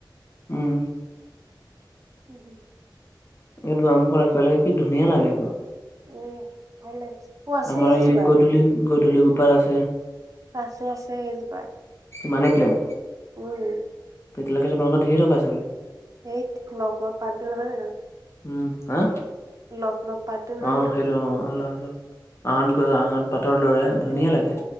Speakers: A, on the left; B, on the right.
A: উম
B: হু হু
A: এই দোৱামুখ ৰাখিব লাগে কি ধুনীয়া লাগে আকৌ।
B: উম ভাল লাগিছে। অ আছে
A: আমাৰ
B: এইজোপা
A: এই গধূলি- গধূলি গোপাল আছে।
B: পাছো আছে এইজোপাৰ।
A: মানি প্লেন।
B: উম।
A: তেতিয়ালকে তোালোকৰ ধেৰ থকা চাগে?
B: সেই লগ লগ পাৰ দিলো নহয় জানো।
A: উম হা!
B: লগ লগ পাতটো নহয়
A: অ
B: জানো
A: সেই অ অলপ অলপ আহতৈ আহত পাতৰ লৰে ধুনীয়া
B: উম
A: লাগে।
B: উম